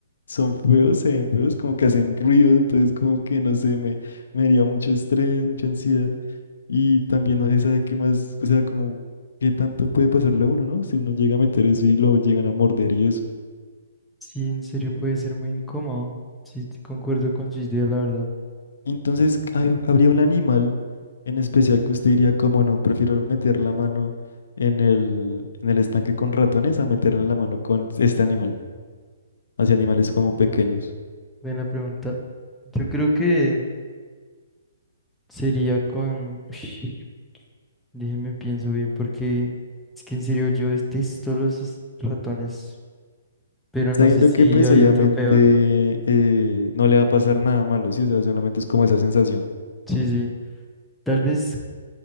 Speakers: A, on the left; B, in the centre.
A: son feos, se ven feos, como que hacen ruidos, entonces como que no sé, me, me haría mucho estrés, mucha ansiedad. Y también no se sabe qué más, o sea, como qué tanto puede pasarle a uno, ¿no? Si uno llega a meter eso y lo llegan a morder y eso.
B: Sí, en serio puede ser muy incómodo. Sí, concuerdo con su idea, la verdad.
A: Entonces, ¿hay- ¿habría un animal en especial que usted diría, como no, prefiero meter la mano en el, en el estanque con ratones a meterle la mano con este animal, hacia animales como pequeños?
B: Mm, buena pregunta. Yo creo que Sería con... Ush, déjeme pienso bien porque es que en serio yo detesto los es- ratones, pero
A: Sabiendo
B: no sé si
A: que pues
B: hay
A: obviamente
B: otro peor.
A: eh, no le va a pasar nada malo, ¿sí? O sea, solamente es como esa sensación.
B: Sí, sí. Tal vez